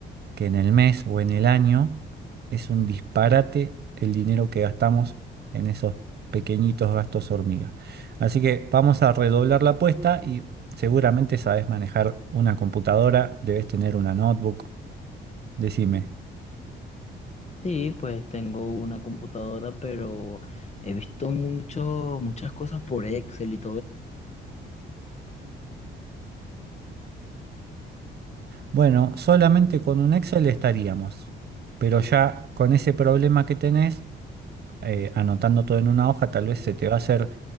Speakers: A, on the right (about 55°); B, on the left (about 35°).
A: que en el mes o en el año es un disparate el dinero que gastamos en esos pequeñitos gastos hormigas. Así que vamos a redoblar la apuesta y seguramente sabes manejar una computadora, debes tener una notebook, decime.
B: sí, pues tengo una computadora, pero he visto mucho, muchas cosas por Excel y
A: Bueno, solamente con un Excel estaríamos, pero ya con ese problema que tenés, eh, anotando todo en una hoja, tal vez se te va a hacer